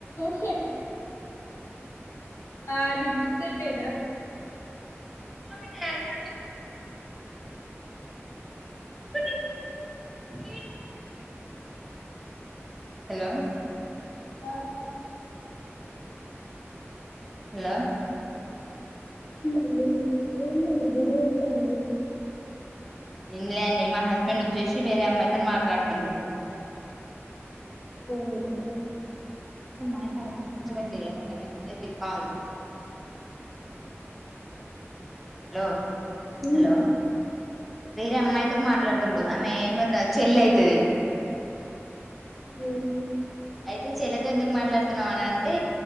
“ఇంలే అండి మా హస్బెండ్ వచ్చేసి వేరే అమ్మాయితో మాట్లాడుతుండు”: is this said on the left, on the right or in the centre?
Centre